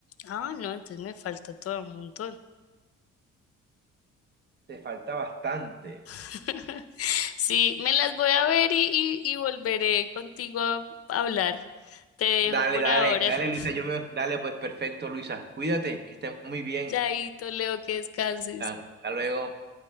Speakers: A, on the left; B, on the right.
A: Ah, no, entonces me falta todo un montón.
B: Te falta bastante.
A: <laughs> Sí, me las voy a ver y, y- y volveré contigo a hablar. Te dejo
B: Dale,
A: por
B: dale,
A: ahora.
B: dale,
A: <laughs>
B: Luisa. Yo veo. Dale, pues perfecto, Luisa. Cuídate, que estés muy bien.
A: Chaito, Leo, que descanses.
B: Hasta hasta luego.